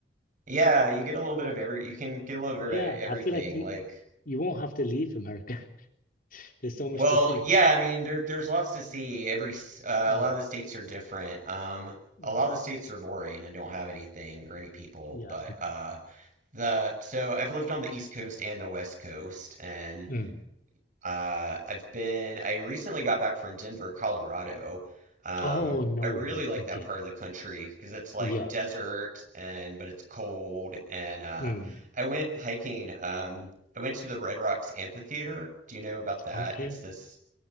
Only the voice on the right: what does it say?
Yeah, you get a little bit of every you can get a little bit
of everything
like
well,
yeah, I mean there there's lots to see. Every s- uh,
a lot of the states are different. Um
a lot of the states are boring and don't have anything or any people,
but uh the so I've lived on the East Coast and the West Coast, and
Uh, I've been, I recently got back from Denver, Colorado. Um,
I really
like
that part of the country because it's like
desert and but it's cold and uh
I went hiking. Um, I went to the Red Rocks Amphitheater. Do you know about that?
It's this